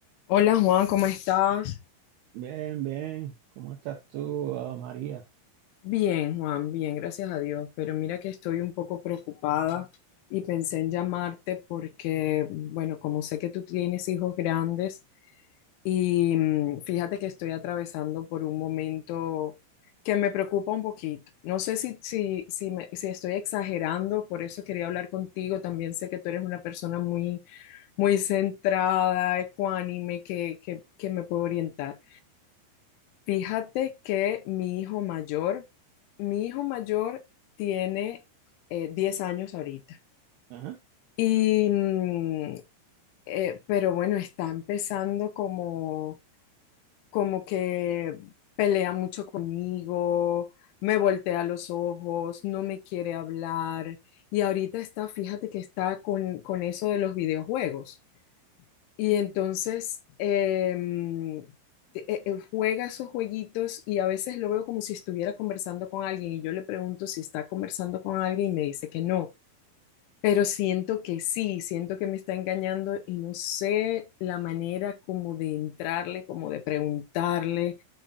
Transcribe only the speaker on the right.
Bien, bien. ¿Cómo estás tú, ah, María?
Ajá.